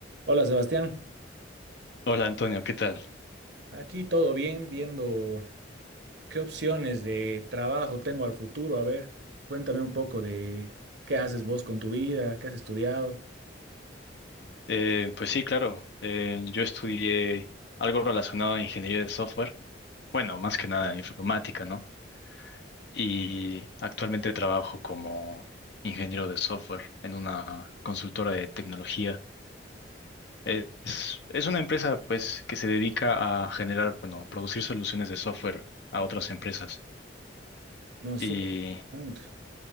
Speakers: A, on the right; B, on the left.
A: Hola Sebastián,
B: Hola Antonio, ¿qué tal?
A: aquí todo bien, viendo qué opciones de trabajo tengo al futuro. A ver, cuéntame un poco de qué haces vos con tu vida, qué has estudiado.
B: Eh, pues sí, claro, eh, yo estudié algo relacionado a ingeniería de software, bueno, más que nada informática, ¿no? Y actualmente trabajo como ingeniero de software en una consultora de tecnología. Es, es una empresa pues que se dedica a generar, bueno, producir soluciones de software a otras empresas.
A: No, es
B: Y
A: súper interesante.